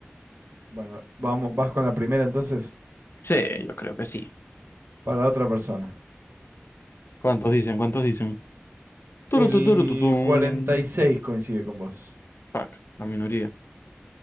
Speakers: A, on the right; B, on the left.
A: Bueno, vamos, vas con la primera entonces
B: Sí, yo creo que sí.
A: para otra persona.
B: ¿Cuántos dicen? ¿Cuántos dicen? Turu,
A: El
B: tu, turu, tu, tum.
A: cuarenta y seis coincide con vos.
B: Fuck, la minoría.